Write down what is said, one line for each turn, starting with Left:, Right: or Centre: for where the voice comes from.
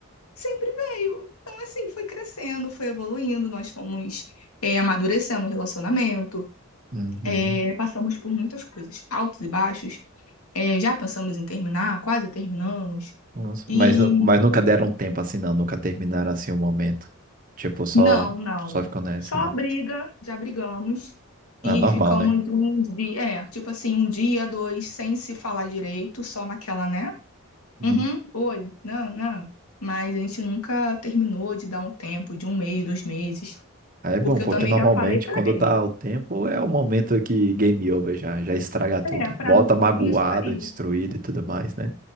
Left: Sempre veio. Então, assim, foi crescendo, foi evoluindo, nós fomos é, amadurecendo o relacionamento,
Right: uhum.
Left: é, passamos por muitas coisas, altos e baixos. É, já pensamos em terminar, quase terminamos.
Right: Nossa,
Left: E
Right: Mas, nu- mas nunca deram tempo assim, não, nunca terminaram assim o momento. Tipo, só,
Left: Não, não.
Right: só ficou nessa,
Left: Só
Right: né?
Left: briga, já brigamos
Right: Ah,
Left: e
Right: normal,
Left: ficamos
Right: né?
Left: um dia, é, tipo assim, um dia, dois, sem se falar direito, só naquela, né?
Right: Uhum.
Left: Uhum, oi, não, não. Mas a gente nunca terminou de dar um tempo, de um mês, dois meses,
Right: Aí é
Left: porque
Right: bom, porque
Left: eu também
Right: normalmente
Left: já falei pra
Right: quando
Left: ele.
Right: tá o tempo é o momento que game over já, já estraga tudo.
Left: É, pra
Right: Volta magoado,
Left: isso aí.
Right: destruído e tudo mais, né?